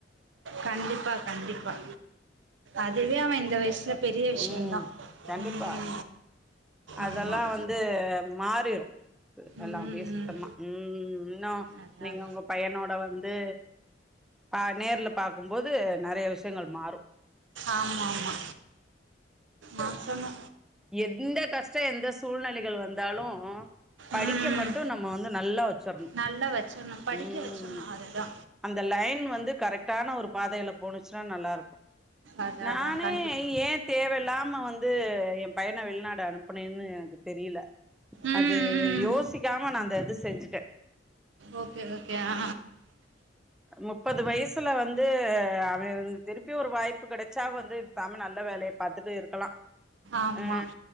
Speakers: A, on the right; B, in the centre.
A: கண்டிப்பா கண்டிப்பா அதுவே அவன் இந்த வயசுல பெரிய விஷயந்தான்
B: ம் கண்டிப்பா
A: ம்
B: அதெல்லா
A: ஆமாம்
B: வந்து மாறிரு எல்லா
A: ம்
B: அப்படியே சுத்தமா ம் இன்னு
A: அதான்
B: நீங்க உங்க பையனோட வந்து பா நேர்ல பாக்கும்போது நிறைய விஷயங்கள் மாறு
A: ஆமா ஆமா ஆ சொல்மா
B: எந்த கஷ்ட எந்த சூழ்நிலைகள் வந்தாலு படிக்க
A: ம்
B: மட்டு நம்ம வந்து நல்லா வச்சிரணு
A: நல்லா வச்சுர்ணு படிக்க
B: ம்
A: வச்சணு அதுதா
B: அந்த லைன் வந்து கரெக்டான ஒரு பாதையில போணுச்சுன்னா நல்லா இருக்கு
A: அதான்
B: நானே
A: அதான் கண்டிப்பாக
B: ஏ தேவை இல்லாம வந்து என் பையன வெளிநாட் கு அனுப்பனேன்னு எனக்கு தெரியல
A: ம்
B: அது
A: ம்
B: யோசிக்காம நா அந்த இது செஞ்சுட்டே
A: ஓகே ஓகே ஆ
B: முப்பது வயசுல வந்து அவன் வந்து திருப்பி ஒரு வாய்ப்பு கிடைச்சா வந்து பேசாம நல்ல வேலையை பாத்துட்டு இருக்கலா
A: ஆமாம்
B: அ